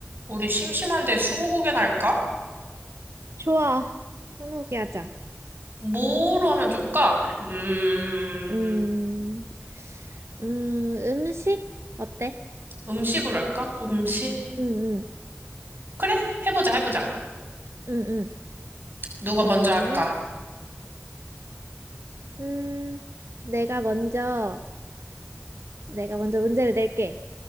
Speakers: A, on the right; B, on the right.
A: 우리 심심한데 스무고개나 할까?
B: 좋아. 스무고개 하자.
A: 뭐로 하면 좋을까? 음,
B: 음, 음, 음식? 어때?
A: 음식으로 할까? 음식?
B: 응, 응,
A: 그래? 해보자, 해보자.
B: 응, 응.
A: 누가
B: 그러면,
A: 먼저 할까?
B: 음, 내가 먼저, 내가 먼저 문제를 낼게.